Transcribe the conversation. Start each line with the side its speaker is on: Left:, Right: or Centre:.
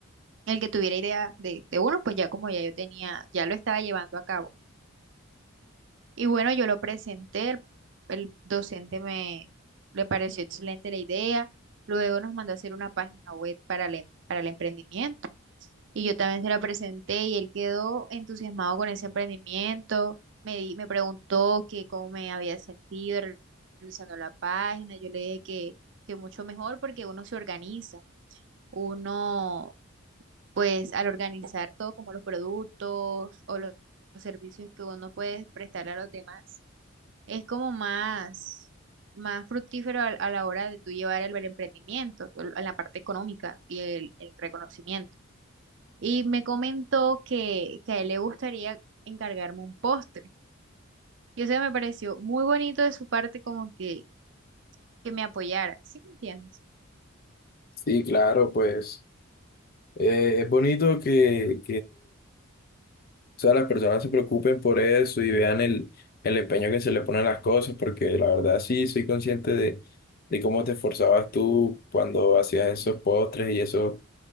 Right: el que tuviera idea de, de uno, pues ya como ya yo tenía, ya lo estaba llevando a cabo. Y bueno, yo lo presenté, el, el docente me le pareció excelente la idea, luego nos mandó a hacer una página web para el, em- para el emprendimiento y yo también se la presenté y él quedó entusiasmado con ese emprendimiento, me, di- me preguntó que cómo me había sentido re- realizando la página, yo le dije que, que mucho mejor porque uno se organiza, uno pues al organizar todo como los productos o los los servicios que uno puede prestarle a los demás es como más, más fructífero a, a la hora de tú llevar el, el emprendimiento, el- en la parte económica y el, el reconocimiento. Y me comentó que, que a él le gustaría encargarme un postre. Y eso me pareció muy bonito de su parte como que, que me apoyara, ¿sí me entiendes?
Left: Sí, claro, pues eh, es bonito que, O sea, las personas se preocupen por eso y vean el, el empeño que se le ponen las cosas, porque la verdad sí soy consciente de, de cómo te esforzabas tú cuando hacías esos postres y eso,